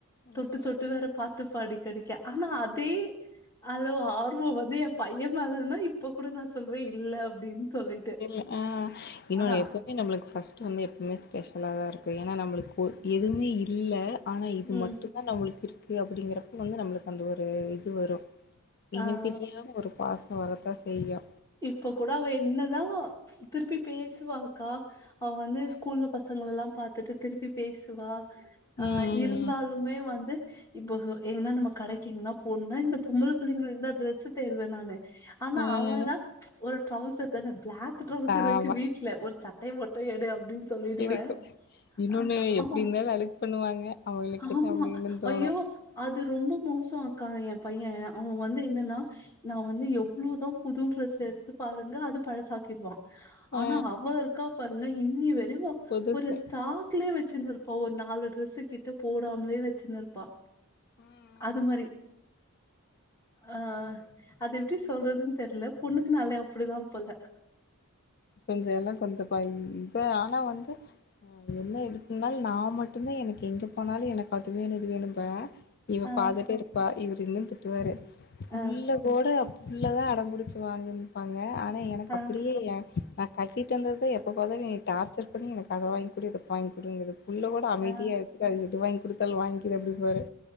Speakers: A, on the left; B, on the left.
A: உண்மையாலே
B: தொட்டு தொட்டு வேற பாத்துப்பே அடிகடி ஆனா அதே அளவு ஆர்வோ வந்து என் பையே மேலன்னா இப் இப்ப கூட நா சொல்வே இல்ல அப்டின்னு சொல்லிட்டு
A: இல்ல ஆ இன்னோ
B: ஆ
A: எப்பவுமே நம்மளுக்கு ஃபர்ஸ்ட் வந்து எப்பவுமே ஸ்பெஷலா தா இருக்கூ ஏன்னா நம்மளுக்கு ப்பே இருந்தூ இல்ல ஆனா இது
B: ம்
A: மட்டூ அதா நம்மளுக்கு இருக்கு அப்படிங்கிறப்ப வந்து நம்மளுக்கு அந்த ஒரு இதூ வரூ இனி
B: ஆ
A: பிரியா ஒரு பாச வரத்தா செய்யூ
B: இப்ப கூட அவ என்னதா திருப்பி பேசுவாங்க்கா அவென் வந்து
A: ம்
B: ஸ்கூல்ல பசங்கள எல்லா பாத்துட்டு திருப்பி பேசுவா அ
A: ம்
B: இரு இருந்தாலுமே வந்து இப்போ எங்கன்னா நம்ம கடைக்கு எங்கன்னா போணுனா இந்த பொம்ள புள்ளங்களுடய டிரெஸ்ஹ தேடுவே நானு ஆனா
A: ம்.
B: அவனா ஒரு ட்ரௌசர் தான பிளாக் ட்ரௌசர்
A: அ
B: இருக்கு
A: ஆமா
B: வீட் ஒரு சட்டய மட்டூ எடு அப்டின் சொல்லிடுவே
A: எடுக்கும். இன்னொன்னு
B: ஆ
A: எப்படி இருந்தாலும் அழுக்கு பண்ணுவாங்க. அவங்களுக்கு
B: ஆமா
A: என்ன அப்படின்னு தோணும்.
B: ஐயோ அது ரொம்ப மோசோ அக்கா ஏ பைய அவ வந்து என்னன்னா
A: ம்.
B: நா வந்து எவ்ளோ தா புது ட்ரெஸ் எடுத்து பாருங்க அது பழசாக்கிடுவா
A: ஆ
B: ஆனா அவே இருக்கா பாருங்க இன்னி வரைக்கூ
A: புதுசு.
B: ஒரு டாப் லயே வச்சு இருப்பா ஒரு நாலு டிரெஸ் கிட்ட போடாமலே வச்சுன்னு இருப்பா
A: ம்
B: அது மாரி ஆ
A: அது
B: அது எப்டி சொல்றதுன்னு தெரில பொண்ணுங்கனாலே அப்டிதா போல
A: கொஞ்சொ எல்லா கொஞ்சோ காய் ஆனா வந்து என்ன ‌இருக்கோ இருந்தாலு நா மட்டுமே தா எனக்கு எங்கே போனாலு எனக்கு அதுவேணூ இது வேணும்ப இவ
B: ஆ,
A: பாத்துட்டே இருப்பா இவரூயூ திட்டுவாறு புள்ள
B: ஆ,
A: இப்ப கூட புள்ளதா அடம்பிடிச்சு வாழனோன்னூ இரூப்பாங்க ஆனா எனக்கு
B: ஆ,
A: அப்டியே ஏன் நா கட்டிட்டடு வந்துக்கு எப்ப பார்த்தாலூம் ஏன டார்ச்சர் பண்ணி எனக்கு அத வாங் புரியுது வாங்கி குடு புள்ள கூட அமைதியா
B: ஆ,
A: இருக்கு அது எது வாங்கி குடுத்தாலு வாங்கிது அப்டி பாரு